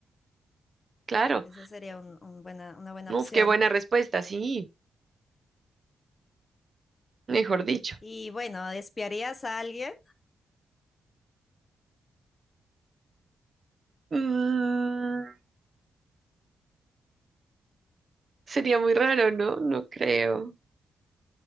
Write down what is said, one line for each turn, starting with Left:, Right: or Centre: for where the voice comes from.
Right: claro.
Left: Esa sería un- un buena- una buena
Right: Uf,
Left: opción.
Right: qué buena respuesta, sí, mejor dicho.
Left: Y bueno, ¿espiarías a alguien?
Right: Mm, sería muy raro, ¿no? No creo.